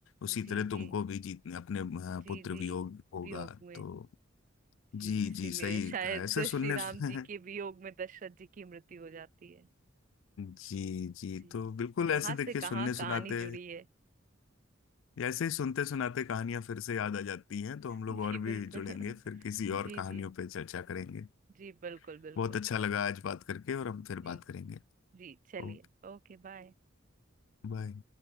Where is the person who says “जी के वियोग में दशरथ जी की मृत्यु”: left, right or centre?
Right